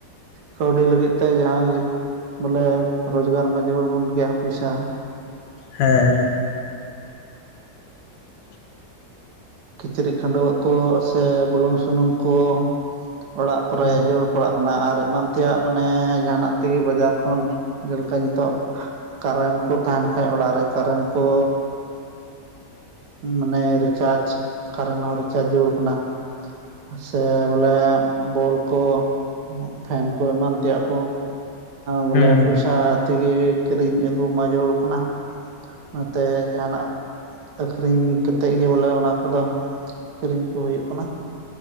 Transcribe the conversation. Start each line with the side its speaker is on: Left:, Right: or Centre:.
Right: ᱠᱟᱹᱣᱰᱤ ᱞᱟᱹᱜᱤᱫ ᱛᱮ ᱡᱟᱦᱟᱸ ᱜᱮ ᱵᱚᱞᱮ ᱨᱚᱡᱽᱜᱟᱨ ᱢᱟ ᱡᱟᱹᱨᱩᱲ ᱵᱚᱱ ᱜᱮᱭᱟ ᱯᱚᱭᱥᱟ
Left: ᱦᱮᱸ ᱦᱮᱸ
Right: ᱠᱤᱪᱨᱤᱡ ᱠᱷᱟᱹᱰᱩᱣᱟᱹᱜ ᱠᱚ ᱥᱮ ᱵᱩᱞᱩᱝ ᱥᱩᱱᱩᱢ ᱠᱚ ᱚᱲᱟᱜ ᱠᱚᱨᱮ
Left: ᱦᱮᱸ
Right: ᱡᱚᱲ ᱯᱟᱲᱟᱜ ᱠᱟᱱᱟ ᱟᱨ ᱮᱢᱟᱱ ᱛᱮᱭᱟᱜ ᱢᱟᱱᱮ ᱡᱟᱦᱟᱱᱟᱜ ᱛᱮᱜᱮ ᱵᱟᱡᱟᱨ ᱠᱷᱚᱱ ᱡᱮᱞᱮᱠᱟ ᱱᱤᱛᱚᱜ ᱠᱟᱨᱮᱱᱴ ᱠᱚ ᱛᱟᱦᱮᱱ ᱠᱷᱟᱡ ᱚᱲᱟᱜ ᱨᱮ ᱠᱟᱨᱮᱱᱴ ᱠᱚ ᱢᱟᱱᱮ ᱨᱤᱪᱟᱨᱡᱽ ᱠᱟᱨᱮᱱ ᱦᱚᱸ ᱨᱤᱪᱟᱨᱡ ᱡᱟᱹᱨᱩᱲ ᱠᱟᱱᱟ ᱥᱮ ᱵᱚᱞᱮ ᱵᱚᱞ ᱠᱚ ᱯᱷᱮᱱ ᱠᱚ ᱮᱢᱟᱱ ᱛᱮᱭᱟᱜ ᱠᱚ ᱵᱚᱞᱮ
Left: ᱦᱮᱸ
Right: ᱯᱚᱭᱥᱟ ᱛᱮᱜᱮ ᱠᱤᱨᱤᱧ ᱟᱹᱜᱩ ᱢᱟ ᱡᱟᱹᱨᱩᱲ ᱠᱟᱱᱟ ᱱᱚᱛᱮ ᱡᱟᱦᱟᱱᱟᱜ ᱟᱠᱷᱨᱤᱧ ᱠᱟᱛᱮᱫ ᱜᱮ ᱵᱚᱞᱮ ᱚᱱᱟ ᱠᱚᱫᱚ ᱠᱤᱨᱤᱧ ᱠᱚ ᱦᱩᱭᱩᱜ ᱠᱟᱱᱟ